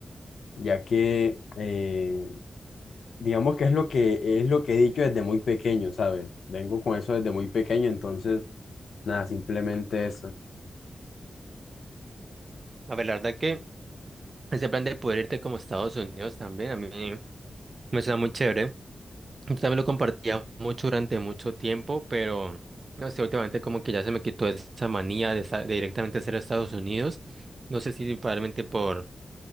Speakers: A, on the left; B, on the right.
A: ya que eh, digamos que es lo que es lo que he dicho desde muy pequeño, ¿sabes? Vengo con eso desde muy pequeño, entonces, nada, simplemente eso.
B: A ver, la verdad que ese plan de poder irte como a Estados Unidos también, a mí me suena muy chévere. Yo también lo compartía mucho durante mucho tiempo, pero no sé, últimamente como que ya se me quitó esa manía de, sa- de directamente ser a Estados Unidos. No sé si probablemente por